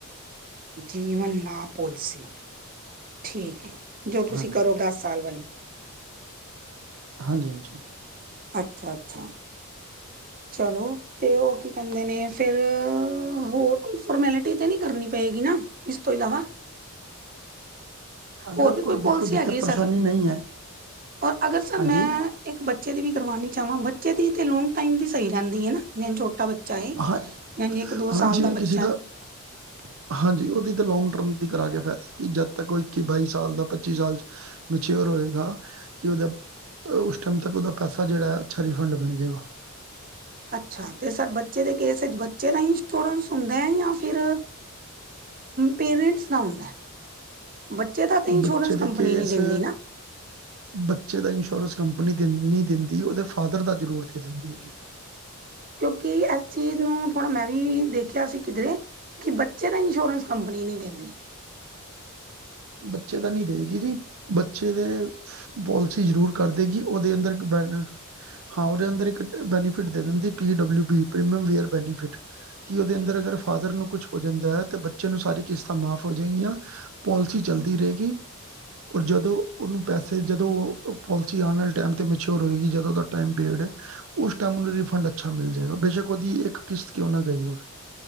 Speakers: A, on the right (about 40°); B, on the right (about 70°).
A: ਜੀਵਨ ਲਾਭ ਪੋਲਸੀ ਠੀਕ ਹੈ ਜੋ ਤੁਸੀਂ
B: ਹਾਂਜੀ
A: ਕਰੋ ਦਸ ਸਾਲ ਵਾਲੇ
B: ਹਾਂਜੀ ਹਾਂਜੀ।
A: ਅੱਛਾ ਅੱਛਾ। ਚਲੋ ਤੇ ਉਹ ਕੀ ਕਹਿੰਦੇ ਨੇ ਫੇਰ ਹੋਰ ਕੋਈ ਫੋਰਮੈਲਿਟੀ ਤੇ ਨਹੀਂ ਕਰਨੀ ਪਏਗੀ ਨਾ। ਇਸ ਤੋਂ ਇਲਾਵਾ।
B: ਅਗਰ
A: ਹੋਰ ਵੀ ਕੋਈ
B: ਦੇਖੋ
A: ਪੋਲਿਸੀ
B: ਦਿੱਕਤ
A: ਹੈਗੀ ਏ
B: ਪਰੇਸ਼ਾਨੀ
A: ਸਰ,
B: ਨਹੀਂ ਹੈ
A: ਔਰ ਅਗਰ ਸਰ
B: ਹਾਂਜੀ
A: ਮੈਂ ਇੱਕ ਬੱਚੇ ਦੀ ਵੀ ਕਰਵਾਨੀ ਚਾਹਵਾਂ, ਬੱਚੇ ਦੀ ਤੇ ਲੋਂਗ ਟਾਈਮ ਦੀ ਸਹੀ ਰਹਿੰਦੀ ਹੈ ਨਾ, ਜਿਵੇਂ ਛੋਟਾ ਬੱਚਾ
B: ਹਾਂ
A: ਜਿਂਝ ਇੱਕ ਦੋ
B: ਹਾਂ
A: ਸਾਲ
B: ਜਿਵੇਂ
A: ਦਾ ਬੱਚਾ
B: ਕਿਸੇ
A: ਏ।
B: ਹਾਂਜੀ ਉਹਦੀ ਤਾਂ ਲੋਂਂਗ ਟਰਮ ਦੀ ਕਰਾ ਕੇ ਫਾਇਦਾ ਕਿ ਜਦ ਤੱਕ ਉਹ ਇੱਕੀ, ਬਾਈ ਸਾਲ ਦਾ ਪੱਚੀ ਸਾਲ ਚ ਮੈਚਿਓਰ ਹੋਏਗਾ ਕਿ ਉਹਦਾ ਅ, ਉਸ ਟਾਈਮ ਤੱਕ ਉਹਦਾ ਪੈਸਾ ਜਿਹੜਾ ਅੱਛਾ ਰਿਫੰਡ ਮਿਲ ਜੇਗਾ।
A: ਅੱਛਾ। ਤੇ ਸਰ, ਬੱਚੇ ਦੇ ਕੇਸ ਵਿਚ ਬੱਚੇ ਦਾ ਹੀ ਇੰਸ਼ੋਰੈਂਸ ਹੁੰਦਾ ਹੈ ਜਾਂ ਫਿਰ ਪੇਰੈਂਟਸ ਦਾ ਹੁੰਦਾ, ਬੱਚੇ ਦਾ ਤੇ ਇੰਸ਼ੋਰੈਂਸ
B: ਬੱਚੇ ਦੇ
A: ਕੰਪਨੀ
B: ਕੇਸ
A: ਨਹੀਂ ਦਿੰਦੀ ਨਾ।
B: ਬੱਚੇ ਦਾ ਇੰਸ਼ੋਰੈਂਸ ਕੰਪਨੀ ਦੇ ਨਹੀ ਦਿੰਦੀ, ਉਹਦੇ ਫਾਦਰ ਦਾ ਜ਼ਰੂਰ ਦੇ ਦਿੰਦੀ ਏ ਜੀ।
A: ਕਿਉਂਕਿ ਇਸ ਚੀਜ਼ ਨੂੰ ਥੋੜ੍ਹਾ ਮੈਂ ਵੀ ਦੇਖਿਆ ਸੀ ਕਿਧਰੇ ਕਿ ਬੱਚੇ ਦਾ ਇੰਸ਼ੋਰੈਂਸ ਕੰਪਨੀ ਨਹੀਂ ਕਹਿੰਦੀ
B: ਬੱਚੇ ਤਾਂ ਨਹੀਂ ਦੇਗੀ ਜੀ ਬੱਚੇ ਦੇ ਪੋਲਿਸੀ ਜ਼ਰੂਰ ਕਰ ਦੇਗੀ ਉਹਦੇ ਅੰਦਰ ਬ ਹਾਂ ਉਹਦੇ ਅੰਦਰ ਇੱਕ ਬੈਨੀਫਿਟ ਦੇ ਦਿੰਦੀ P W B premium waiver benefit ਕਿ ਉਹਦੇ ਅੰਦਰ ਅਗਰ ਫਾਦਰ ਨੂੰ ਕੁਛ ਹੋ ਜਾਂਦਾ ਹੈ ਤਾਂ ਬੱਚੇ ਨੂੰ ਸਾਰੀ ਕਿਸ਼ਤਾਂ ਮਾਫ਼ ਹੋ ਜਾਏਗੀਆਂ ਪੋਲਿਸੀ ਚਲਦੀ ਰਹੇਗੀ ਔਰ ਜਦੋਂ ਉਹਨੂੰ ਪੈਸੇ ਜਦੋਂ ਉਹ ਪੋਲਿਸੀ ਆਉਣ ਵਾਲੇ ਟਾਈਮ 'ਤੇ ਮਚਿਓਰ ਹੋਏਗੀ ਜਦੋਂ ਉਹਦਾ ਟਾਈਮ ਪੀਰੀਅਡ ਹੈ ਉਸ ਟਾਈਮ ਨੂੰ ਰਿਫੰਡ ਅੱਛਾ ਮਿਲ ਜਾਏਗਾ ਬੇਸ਼ੱਕ ਉਹਦੀ ਇੱਕ ਕਿਸ਼ਤ ਕਿਉਂ ਨਾ ਗਈ ਉਹ